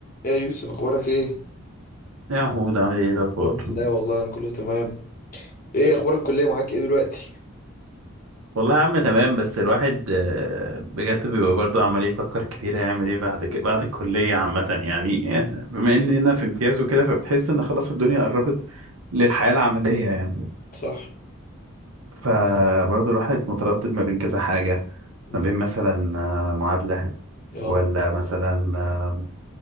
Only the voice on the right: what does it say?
يا محمود عامل ايه إيه الاخبار
والله يا عم تمام بس الواحد آه، بجد بيبقى برضه عمال يفكر كتير هيعمل ايه بعد كده بعد الكليه عامه يعني
آه، بما ان هنا في امتياز وكده فبتحس ان خلاص الدنيا قربت للحياه العمليه يعني
فبرضه الواحد متردد ما بين كذا حاجه
ما بين مثلا آه، معادله
ولا مثلا آه،